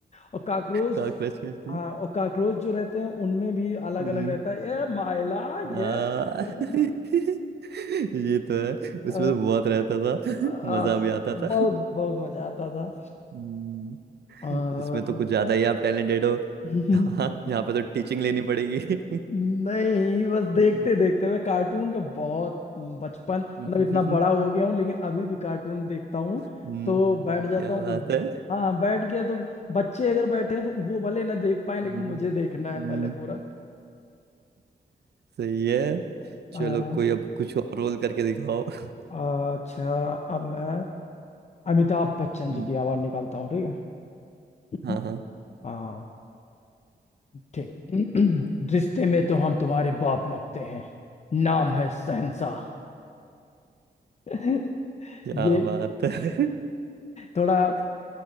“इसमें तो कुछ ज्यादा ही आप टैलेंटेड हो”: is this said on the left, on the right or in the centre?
Right